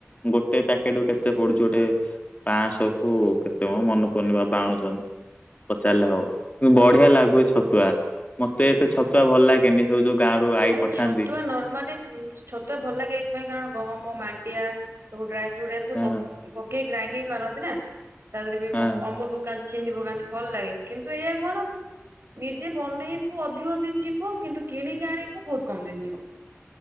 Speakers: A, on the left; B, on the right.
A: ଗୋଟେ ପ୍ୟାକେଟକୁ କେତେ ପଡୁଚି ଗୋଟେ ପାଞ୍ଚଶହ କୁ କେତେମ ମନେ ପଡୁନି ବାବା ଆଣିଚନ୍ତି। ପଚାରିଲେ ହବ ବଢିଆ ଲାଗୁଚି ଛତୁଆ ମତେ ଏତେ ଛତୁଆ ଭଲ ଲାଗେନି ସବୁ ଯୋଉ ଗାଁ ରୁ ଆଈ
B: ଆରେ
A: ପଠାନ୍ତି
B: ଛତୁଆ ନର୍ମାଲି ଛତୁଆ ଭଲ ଲାଗେ ଏଇଥିପାଇଁ କାରଣ ଗହମ ମାଣ୍ଡିଆ ସବୁ ଡ୍ରା ଫ୍ରୁଟ୍ ଏରା ସବୁ
A: ହଁ
B: ପ-ପକେଇ ଗ୍ରାଇଡିଙ୍ଗ ମାରନ୍ତି ନା। ତା ଦେହରେ ବି
A: ହଁ
B: ପକ ଅମୁଲ ପକାନ୍ତି ଚିନି ପକାନ୍ତି ଭଲ ଲାଗେ କିନ୍ତୁ ଏଇଆ କଣ ନିଜେ ବନେଇବୁ ଅଧିକ ଦିନ ଯିବ କିନ୍ତୁ କିଣିକି ଆଣିବୁ ବୋହୁତ କମ ଦିନ ଯିବ।